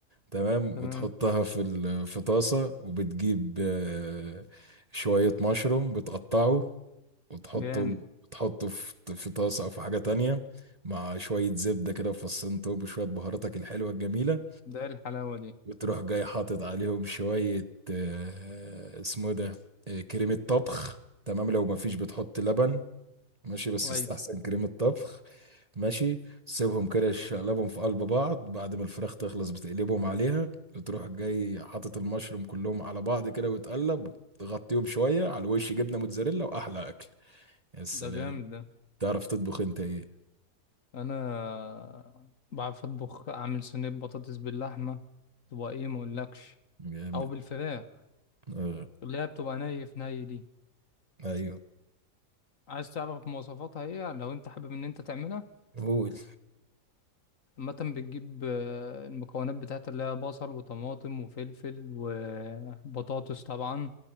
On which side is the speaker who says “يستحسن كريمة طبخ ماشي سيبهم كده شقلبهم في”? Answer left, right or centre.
Right